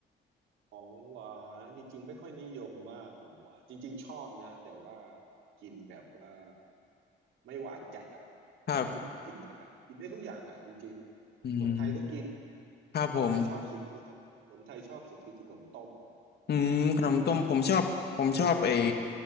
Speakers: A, on the right; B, on the left.
A: ของหวานจริงๆไม่ค่อยนิยมมากของหวานจริงๆชอบนะแต่ว่ากินแบบว่าไม่หวานจัดอ่ะ
B: ครับ
A: กินกินได้กินได้ทุกอย่างอ่ะจริงๆขนมไทยก็กิน
B: อืม ครับผม
A: ขนมไทยชอบสุดคือขนมไทยชอบสุดคือขนมต้ม
B: อืมขนมต้มผมชอบผมชอบไอ้